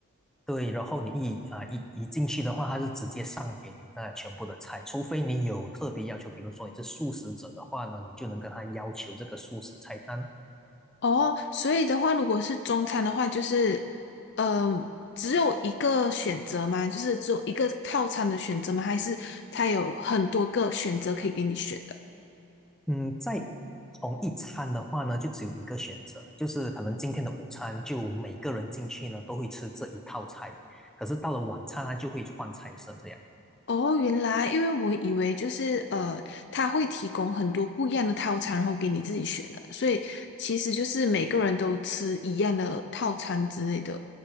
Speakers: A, in the centre; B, on the left (about 50°).
A: 对，然后你一啊、呃一一进去的话，它是直接上给你那全部的菜，除非你有特别要求，比如说你是素食者的话呢，你就能跟他要求这个素食菜单；
B: 哦，所以的话，如果是中餐的话，就是，嗯、只有一个选择吗？就是只有一个套餐的选择吗？还是他有很多个选择可以给你选的？
A: 嗯，在同一餐的话呢，就只有一个选择，就是可能今天的午餐就每个人进去呢都会吃这一套菜，可是到了晚餐它就会换菜色这样。
B: 哦，原来，因为我以为就是呃，他会提供很多不一样的套餐，然后给你自己选的，所以其实就是每个人都吃一样的套餐之类的。